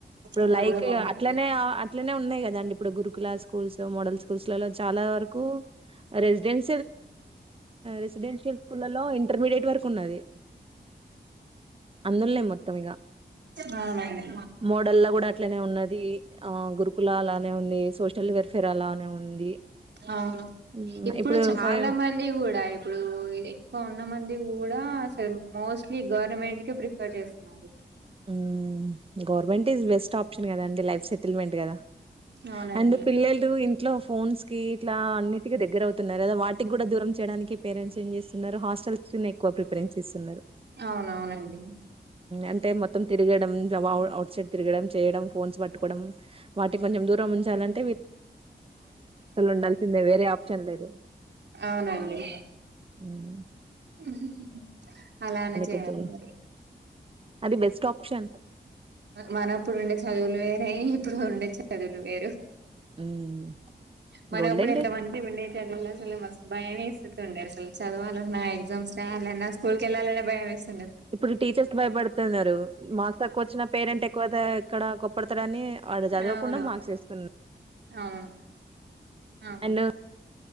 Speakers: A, on the right; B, on the right.
A: ఇప్పుడు
B: అలా
A: లైక్
B: కూడా బాగుంటుంది
A: అట్లనే అట్లనే ఉన్నాయి కదాండి ఇప్పుడు గురుకుల స్కూల్స్ మోడల్స్ పురుషులలో చాలా వరకు రెసిడెన్ రెసిడెన్షయల్ స్కూల్లో ఇంటర్మీడియట్ వర న్నది అందులోలే మొత్తం ఇక
B: అవునండి
A: మోడల్‌లా గూడా అట్లనే ఉన్నది. ఆహ్, గురుకుల అలానే ఉంది. సోషల్ వెల్‌ఫేర్ అలానే ఉంది.
B: అవును
A: హ్మ్.
B: ఇప్పుడు చాలా
A: ఫై
B: మంది కూడా ఇప్పుడు ఎక్కువ ఉన్న మంది కూడా అసలు మోస్ట్లీ గవర్నమెంట్ కి ప్రిఫర్ చేస్తున్నారు
A: మ్మ్ గవర్మెంట్ ఈస్ బెస్ట్ ఆప్షన్ కథ అండి లైక్ సెటిల్మెంట్ కదా
B: అవునండి
A: అండ్ పిల్లలు ఇంట్లో ఫోన్స్ కి ఇట్లా అన్నిటిక దగ్గర అవుత న్నారు అదా వాటికి కూడా దూరం చేయడానికి పేరెంట్స్ పే చేస్తున్నారు హాస్టల్ కి ఎక్కువ ప్రిఫరెన్స్ ఇస్తున్నారు
B: అవునవునండి
A: అంటే మ తిడం అట్ సైడ్ తిరగడం చేయ ఫోన్స్ పట్టుకోవడం వాటి కొంచం దూరం ఉంచాలంట ఉండాల్సిందే. వేరే ఆప్షన్ లేదు.
B: అవునండి
A: మ్మ్
B: ఉ హు హు అలానే చేయాలి
A: కొంచెం
B: మరి
A: అది బెస్ట్ ఆప్షన్
B: మనప్పుడు ఉండే చదువులు వేరే ఇప్పుడు ఉండే చదువులు వేరు
A: ఉమ్
B: మనప్పుడు
A: గోల్డెన్
B: ఎంత
A: డేస్
B: మంచి వినెటోలు చాలుల్స్తు భయం వేస్తుతు ఉండే అసలు చదవాలన్నా ఎగ్జామ్స్ రాయాలినా స్కూల్కిళాల బాయం వెస్
A: ఇప్పుడు టీచర్స్ భయపడుతున్నారు మార్క్స్ తక్కువ వచ్చిన పేరెంట్ ఎక్కువ ఇక్కడ కొప్పడతాడాని వాడు చదవకుండా
B: అవును
A: మార్క్స్ ఇస్తున్నా
B: అవును అవును
A: అండ్